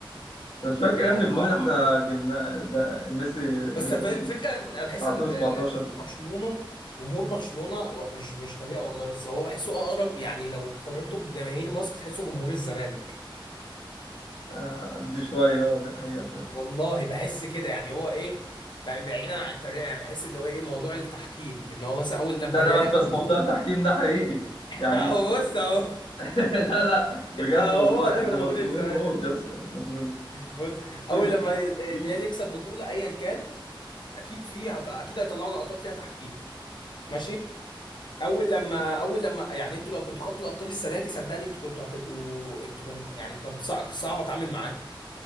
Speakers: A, on the left; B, on the left.
A: مش فاكر
B: ما اتوقعش
A: يا ابني الجون اللي احنا جبناه ده ميسي
B: بس
A: جابه
B: ف- فكره انا بحس
A: بتاع 2017
B: ان جمهور
A: ده
B: برشلونه جمهور برشلونه و- مش مش طريقه والله بس هو بحسه اقرب يعني لو قارنته بجماهير مصر تحسه جمهور الزمالك
A: آه، دي شوية اه دي حقيقة فعلا
B: والله بحس كده يعني هو ايه بع- بعيدا عن الطريقه يعني بحس ان هو ايه موضوع التحكيم ان هو مثلا اول لما
A: لا لا
B: الريال
A: بس
B: ياخد
A: بس
B: بطوله
A: موضوع التحكيم ده حقيقي
B: <laughs>
A: يعني
B: اهو بص اهو <laughs>
A: <laughs> لا لا بجد
B: اهو
A: والله
B: هو ده
A: احنا
B: جمهور
A: مظلومين
B: الزمالك
A: موت يا اسطى مظلومين
B: بص
A: في
B: اول
A: ظلم
B: لما الريال
A: ظلم.
B: يكسب بطوله ايا كان اكيد فيه هت... اكيد هيطلعوا لقطات فيها تحكيم ماشي اول لما اول لما يعني انتوا لو كنتوا خدتوا الابطال السنه دي صدقني انتوا كنتوا هتبقوا انتوا كنت يعني كان صعب صعب اتعامل معاكم